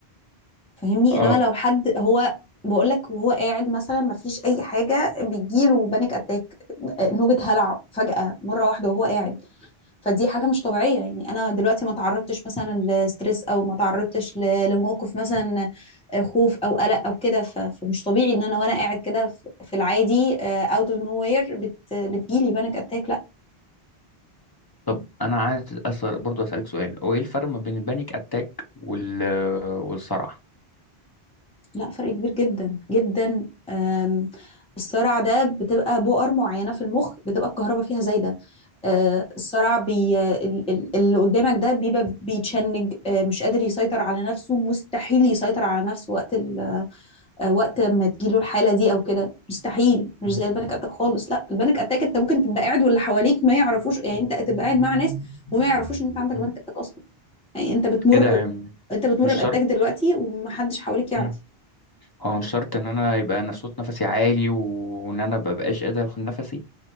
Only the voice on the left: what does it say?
اه
طب انا عايز أسأل برضه اسالك سؤال هو ايه الفرق ما بين البانيك اتاك وال والصرع
مم.
مم.
ايه ده يعني
مش
شرط
مم. هو مش شرط ان انا يبقى انا صوت نفسي عالي وان انا مبقاش قادر اخد نفسي